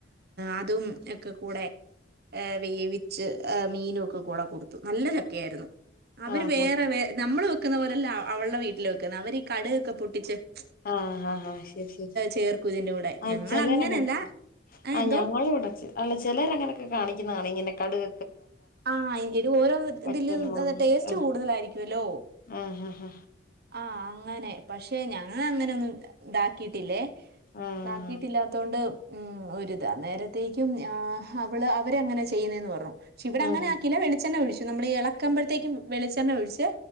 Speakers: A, on the right; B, on the left.
A: അതും യെക്കെ കൂടെ ഏ വേവിച്ച് മീനൊക്കെ കൂടെ കൊടുത്തു നല്ല ചക്കയായിരുന്നു അവര്
B: ആഹ്
A: വേറെ വേ നമ്മള് വെ - വെക്കുന്ന പോലലല്ല അവളുടെ വീട്ടില് അവര് ഈ കടുകൊക്കെ പൊട്ടിച്ച് ഇടും
B: ആ ആഹാ ഹാ ശരി ശരി
A: ചേർക്കും ഇതിന്റെ കൂടെ
B: ആ
A: ഞങ്ങളങ്ങനല്ല
B: ചിലരങ്ങനെ
A: ഏഹ്
B: ആ
A: എന്തോ
B: ഞങ്ങള് ഇവിട ചിലര് അങ്ങനെയൊക്കെ കാണിക്കുന്നത് കാണാം ഇങ്ങനെ കടുക
A: ആഹ് അയിന്റ ഒരു ഓരോ ഇതില്
B: വറ്റൽ മുളക്
A: ടേസ്റ്റ്
B: ആഹ്
A: കൂടുതലായിരിക്കുംല്ലോ
B: ആഹ് ആഹ്
A: ആ അങ്ങനെ പക്ഷെ ഞാൻ അങ്ങനെ ഒന്നും ഇതാക്കിട്ടില്ലേ
B: ആഹ്
A: ഒണ്ടാക്കിയിട്ടില്ലാത്തൊണ്ട് ഉം ഒരു അന്നേരത്തേക്കും അവള് അവര് അങ്ങനെ ചെയ്യുന്നതന്ന് പറഞ്ഞു ക്ഷെ ഇവിടെങ്ങനെ
B: ഉം
A: ആക്കീല്ല വെളിച്ചെണ്ണ ഒഴിച്ചു നമ്മളീ എളക്കുമ്പോഴത്തേക്കും വെളിച്ചെണ്ണ ഒഴിച്ച്